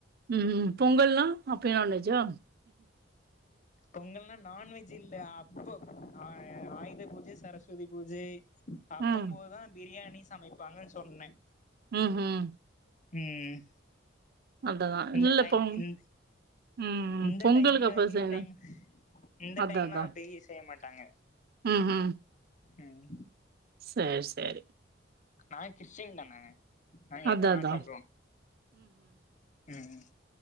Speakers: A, on the right; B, on the left.
A: ம் ம் பொங்கல் நா அப்பயு நான் வெஜ்ஜா
B: பொங்கல்னா நான்வெஜ் இல்ல அப்போ ஆ ஆயுத பூஜ சரஸ்வதி பூஜை அப்ப
A: ம்
B: போதுதா பிரியாணி சமைப்பாங்க சொன்னே
A: ம் ஹூம்
B: ம்
A: அததா
B: இந்த
A: இல்ல
B: டைம்
A: பொங்
B: இந்
A: ம் ம்
B: இந்த
A: பொங்கலுக்கு
B: டைம்ல
A: அப்ப
B: இந்த
A: செய்யணு
B: டைம் இந்த
A: அதா
B: டைம்லா
A: அதா
B: அப்டி செய்ய மாட்டாங்க
A: ம் ஹும்
B: ம்
A: சரி சரி
B: நா கிறிஸ்டின் தானே நாங்க
A: அதா
B: எப்ப நாலு
A: அதா
B: சாப்டுவோ ம் ம்